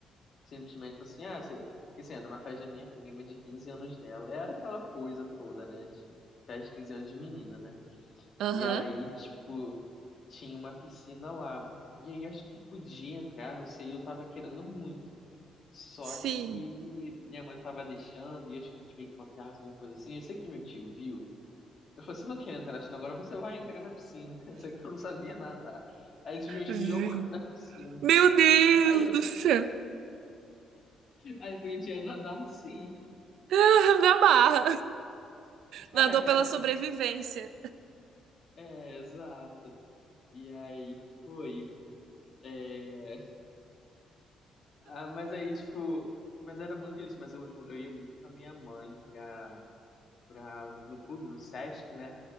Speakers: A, on the left; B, on the right.
A: simplesmente falou assim, ah, você... porque, Assim, era numa festa da minha prima de 15 anos dela. Era aquela coisa toda, né, de festa de 15 anos de menina, né?
B: Aham.
A: E aí, tipo, tinha uma piscina lá. E aí, eu acho que podia entrar, não sei, e eu tava querendo muito. Só
B: Sim.
A: que minha mãe não tava deixando, e acho que eu fiz meio que uma piada, alguma coisa assim. Eu sei que meu tio viu, eu falei, você não quer entrar na piscina agora, você vai entrar na piscina. <laughs> Só que eu não sabia nadar. Aí ele simplesmente
B: Sim.
A: me jogou <laughs> na piscina.
B: Meu Deus
A: Aí eu
B: do
A: <laughs>
B: céu.
A: aí eu aprendi a nadar assim.
B: <laughs> Me amarra. Nadou
A: <laughs>
B: pela sobrevivência.
A: É, é, exato. E aí foi. É... Ah, mas aí, tipo, mas era muito isso. Mas eu, ju- eu ia muito com a minha mãe pra, pra, no clube, no Sesc, né?